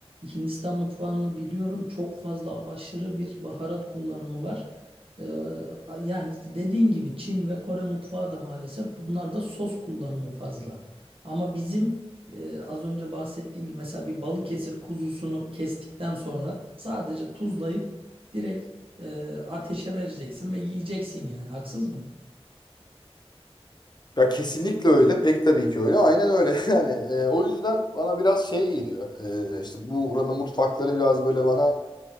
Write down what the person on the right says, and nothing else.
Hindistan mutfağını biliyorum. Çok fazla aşırı bir baharat kullanımı var. Ee, yani dediğin gibi Çin ve Kore mutfağı da maalesef bunlarda sos kullanımı fazla. Ama bizim e, az önce bahsettiğim gibi mesela bir Balıkesir kuzusunu kestikten sonra sadece tuzlayıp direkt e, ateşe vereceksin ve yiyeceksin yani. Haksız mıyım?